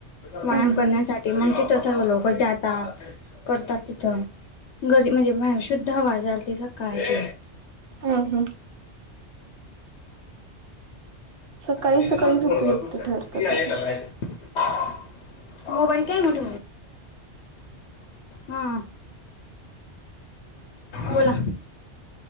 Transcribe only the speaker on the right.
हम्म
हम, हम, सकाळी
सकाळीच
उपयुक्त
ठरतं ते.